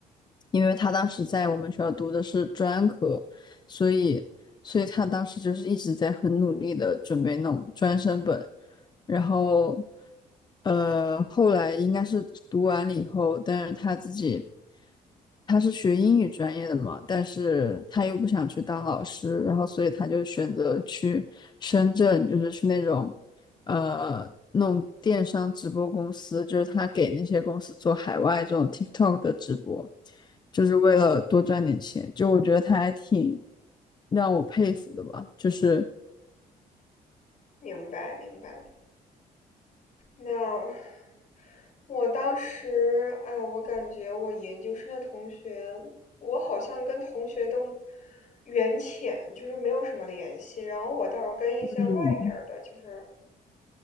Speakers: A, on the left; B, on the left.
A: 因为他当时在我们学校读的是专科，所以所以他当时就是一直在很努力的准备那种专升本，然后呃后来应该是读完了以后，但是他自己他是学英语专业的嘛，但是他又不想去当老师，然后所以他就选择去深圳，就是去那种呃弄电商直播公司，就是他给那些公司做海外这种 TikTok 的直播，就是为了多赚点钱。就我觉得他还挺让我佩服的吧，就是
B: 明白明白。那我当时，哎，我感觉我研究生的同学，我好像跟同学都缘浅，就是没有什么联系。然后我倒是跟一些外面儿的，
A: 嗯，
B: 就是